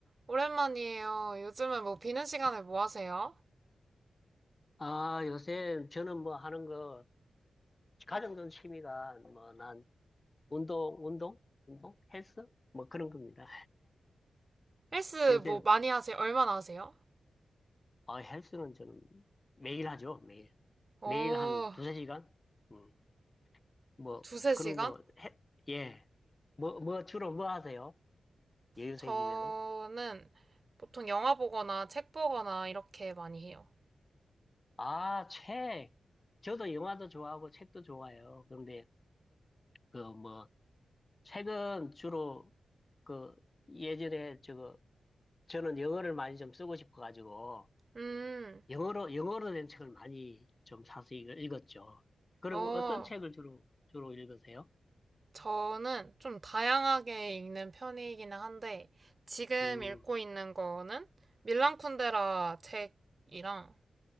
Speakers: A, on the right (about 45°); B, on the left (about 35°).
A: 오랜만이에요. 요즘은 뭐 비는 시간에 뭐 하세요?
B: 아, 요새 저는 뭐 하는 거, 가장 취미가 뭐 난 운동, 운동? 운동? 헬스? 뭐 그런 겁니다.
A: 헬스
B: 요새,
A: 뭐 많이 하세요? 얼마나 하세요?
B: 아, 헬스는 저는 매일 하죠, 매일.
A: 어,
B: 매일 한 두세 시간? 음, 뭐
A: 두세
B: 그런
A: 시간?
B: 거, 해, 예. 뭐, 뭐 주로 뭐 하세요? 여유
A: 저는
B: 생기면은?
A: 보통 영화 보거나 책 보거나 이렇게 많이 해요.
B: 아, 책. 저도 영화도 좋아하고 책도 좋아해요. 그런데 그 뭐, 책은 주로 그 예전에 저거 저는 영어를 많이 좀 쓰고 싶어가지고
A: 음,
B: 영어로 영어로 된 책을 많이 좀 사서 읽- 읽었죠. 그리고
A: 어,
B: 어떤 책을 주로 주로 읽으세요?
A: 저는 좀 다양하게 읽는 편이기는 한데, 지금
B: 음,
A: 읽고 있는 거는 밀란 쿤데라 책이랑,